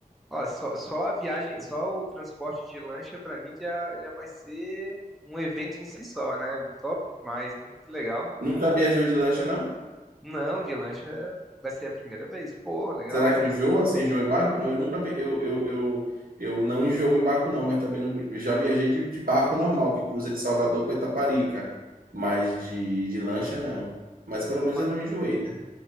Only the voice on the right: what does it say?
Nunca viajou de lancha, não?
Será que enjoa? Você enjoa em barco? Não, eu nunca vi, eu, eu, eu, eu não enjoo em barco, não, mas também não vi- já viajei de, de barco normal, que cruza de Salvador para Itaparica, mas de, de lancha não. Mas pelo menos
eu não enjoei, né?